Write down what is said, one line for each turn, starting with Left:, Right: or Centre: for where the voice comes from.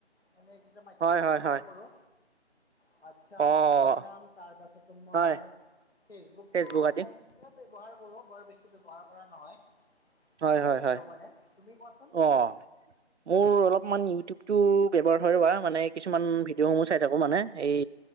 Left: মানে এইকেইটা মাধ্যম
Right: হয়, হয়,
Left: ব্যৱহাৰ
Right: হয়,
Left: কৰোঁ। হোৱাটছপ
Right: অ',
Left: ইনষ্টাগ্ৰাম তাৰ পাছত তোমাৰ
Right: হয়,
Left: ফেচবুকতো
Right: ফেচবুক আদি
Left: কম। ব্যৱহাৰ কৰো বৰ বেছি ব্যৱহাৰ কৰা নহয়। তেনেকুৱাই
Right: হয় হয় হয়
Left: আৰু মানে তুমি কোৱাচোন
Right: অ মোৰ অলপমান। ইউটিউব টো ব্যৱহাৰ হয় বা মানে কিছুমান ভিডিঅ' সমূহ চাই থাকো মানে এই।